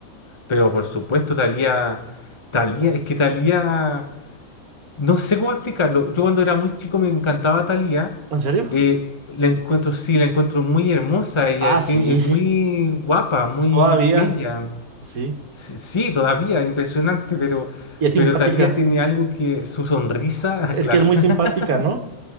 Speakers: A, on the left; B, on the right.
A: Pero por supuesto, Talía, Talía, es que Talía, no sé cómo explicarlo. Yo cuando era muy chico me encantaba Talía.
B: ¿En serio?
A: Eh, la encuentro, sí, la encuentro muy hermosa. Ella
B: Ah, sí.
A: tiene- es muy guapa, muy
B: Todavía,
A: bella.
B: sí.
A: Sí, sí, todavía, impresionante, pero,
B: Y es simpática.
A: pero Talía tiene algo que su sonrisa, <laughs>
B: Es
A: ah, claro,
B: que es muy
A: <laughs>
B: simpática, ¿no?